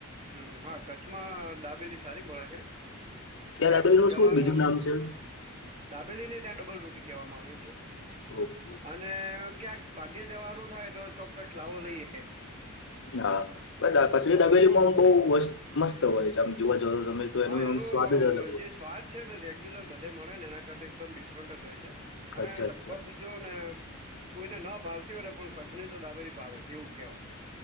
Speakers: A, on the right (about 30°); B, on the left (about 65°).
A: હમ્મ હા કચ્છમાં દાબેલી સારી મળે છે.
B: ત્યાં
A: ક્યાંક
B: દાબેલીનું
A: જવાનું
B: શું બીજું નામ છે
A: દાબેલી ને ત્યાં ડબલ રોટી કહેવામાં આવે છે.
B: ઓ
A: અને ક્યાંક ભાગે જવારું થાય તો ચોક્કસ લાવો લઈએ.
B: હા પછ
A: તમે
B: દાબેલીમાંમ
A: પણ
B: બહસ્ત મસ્ત હોય છે આમ જોવા જતા તો તમે. તો એનું
A: હા
B: આમ
A: એનું
B: સ્વાદ જ અલગ હોય
A: જે સ્વાદ. ને રેગ્યુલર બધે મળે ને એના કર એકદમ ડિફરન્ટ જ હોય છે
B: છે
A: અને
B: અચ્છા
A: લગભગ
B: અચ્છા
A: જો. કોઈને ના પાલતી હોય ને પણ કચ્છની તો દાબેથી ભાવે છે એવું કેવાય.